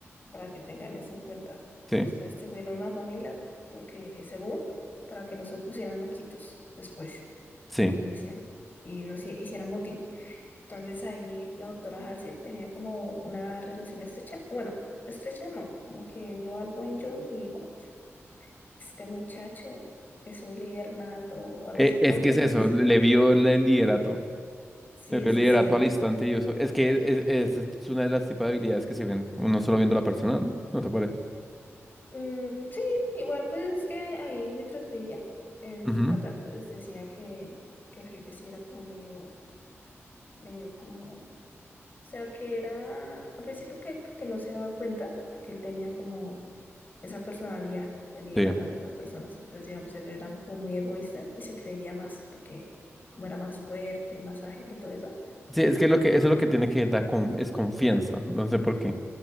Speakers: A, on the left (about 40°); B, in the centre.
A: para que tengan eso en cuenta.
B: Sí,
A: Ustedes tuvieron una familia, porque según, para que no se pusieran loquitos después,
B: sí.
A: y decían, y no se hicieran motín. Entonces ahí la doctora Halsey tenía como una relación estrecha, bueno, estrecha no, como que vio algo en John y dijo, este muchacho es un líder nato o algo
B: E-
A: así,
B: es
A: aunque
B: que es
A: al
B: eso,
A: principio,
B: le le vio el liderato,
A: sí,
B: le vio
A: sí,
B: el liderato
A: sí,
B: al instante y eso. Es que es, es- es una de las tipos de habilidades que se ven, uno solo viendo a la persona, ¿no? ¿No te parece?
A: Mm, sí, igual pues es que ahí mientras veía en
B: Ujú.
A: Qatar pues decía que, que el jefe sí era como medio, medio como, o sea que era al principio que, que no se daba cuenta de que él tenía como esa personalidad de liderar
B: Sí.
A: a las demás personas, entonces digamos él era como muy egoísta y se creía más porque como era más fuerte, más ágil y todo eso,
B: Sí, es que lo que, eso es lo que tiene que dar con, es confianza, no sé por qué.